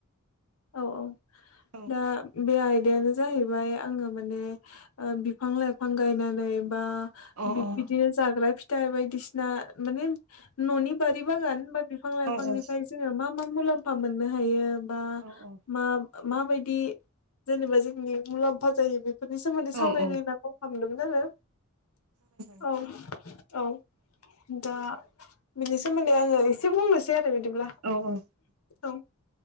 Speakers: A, on the left; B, on the right.
A: औ औ
B: औ
A: दा बे आयदायानो जाहैबाय आङो माने ओ बि फां लाइफां गायनानै बा
B: अ औ
A: बिदिनो जाग्रा फिथाइ बायदिसिना माने न'नि बारि बागान बा बिफां लाइफांनिफ्राय
B: औ उम
A: जोङो मा मा मुलाम्फा मोननो हायो बा
B: औ औ
A: मा माबायदि जेनेबा जोंनि मुलाम्फा जायो बे फोरनि सोमोन्दै सावरायनो
B: सावरायजागोन
A: होनना कल खालामदोंमोन आरो
B: दे
A: औ। औ दा बिनि सोमोन्दै आङो एसे बुंनोसै आरो बिदिब्ला।
B: औ औ
A: औ